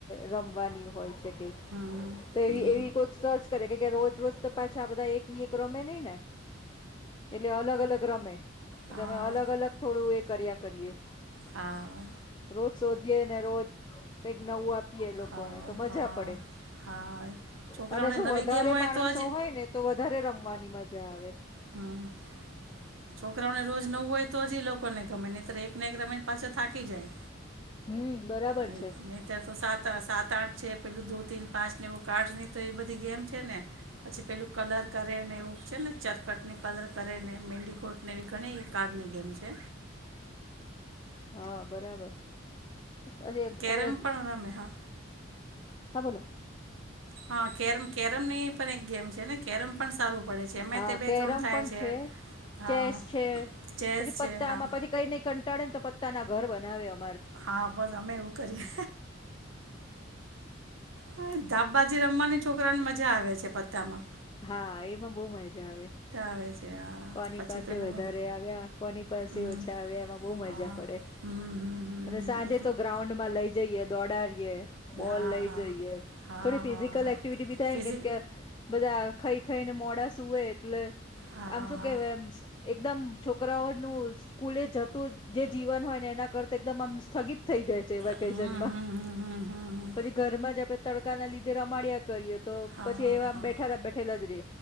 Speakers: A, on the left (about 25°); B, on the right (about 85°).
A: રમવાની હોય એવી
B: હમ હમ
A: તો આવી
B: હમ
A: કોઈ સર્ચ કરે. કે રોજ રોજ તો પાછા આ બધા એક ની એક રમે નય ને. એટલે અલગ અલગ રમે
B: હા
A: તમે અલગ અલગ થોડું એક. કર્યા કરીએ.
B: હા
A: રોજ સો. જે ઈ ને રોજ કંઈક નવું આપ એ લોકોને
B: હા
A: તો મજા
B: હા
A: પડે
B: હા છોકરાઓને
A: અને શું
B: નવી
A: વધારે
B: ગેમ હોય
A: માણસો
B: તો જ
A: હોય ને તો વધારે રમવાની મજા આવે
B: હમ્મ છોકરાઓને રોજ નવું હોય તો જ ઈ લોકોને ગમે નહીતો એક ને એક રમે ને પાછો થાકી ખી જાય.
A: હમ બરાબર
B: ન
A: છે
B: નહીતર તો સાત સાત આઠ છે. પેલું દો તીન પાંચને એવું કાર્ડની તો એ બધી ગેમ છે ને પછી પેલું કલર કરે ને એવું છે ને ચરકટની કલર કરે ને મેન્ડીગોટ ને એવી ઘણી કાર્ડની ગેમ છે.
A: હા બરાબર. અરે
B: કેરમ
A: અવે.
B: પણ રમે હા
A: હા બોલો.
B: હા, કેરમ કેરમ ની પણ એક ગેમ છે ને. કેરમ પણ સારું પડે છે એમાંય
A: હા,
B: તે બે
A: કેરમ
B: ત્રણ થાય
A: પણ છે.
B: હા
A: ચેસ છે.
B: ચેસ
A: પછી
B: છે
A: પત્તામાં,
B: હા
A: પછી કઈ નઈ ક પાડે તો પત્તાના ઘર બનાવ્યા
B: હા, બસ અમે એવું કરીએ. હા ધા બાજી રમવા ની છોકરા ની મજા આવે છે પત્તા માં.
A: હા એ માં બહુ મજા આવે.
B: આવે છે હા
A: કોની
B: પછી
A: પાસે
B: પેલું
A: વધારે આવ્યા કોની પાસે
B: હમ
A: ઓછા આવ્યા એમાં બહુ મજા
B: હા
A: પડે.
B: હમ હમ હમ
A: અને સાંજે
B: એક
A: તો ગ્રાઉન્ડમાં લઈ જઈએ દોડારી યે બોલ
B: હા
A: લઈ
B: હા
A: જઈએ.
B: હા
A: થોડી ફિઝિકલ
B: હા હા
A: એક્ટિવિટી બી થાય
B: ફિઝિક
A: ને કેમ કે, બધા ખાઈ ખાઈને મોડા સૂએ એટલે
B: હા
A: સા આમ શું
B: હા
A: કેવ એમસ એકદમ છોકરાઓનું સ્કૂલે જતું જે જીવન હોય ને એના કરતા એકદમ આમ સ્થગિત થઈ જાય છે વેકેઝનમાં.
B: હમ હમ હમ હમ હમ હમ
A: પછી ઘરમાં જ આપે તડકા ના લી દે રમાડયા કરીએ. તો
B: હા
A: પછી
B: હા
A: એવામ
B: હા
A: બેઠેલા બેઠેલા જ રે,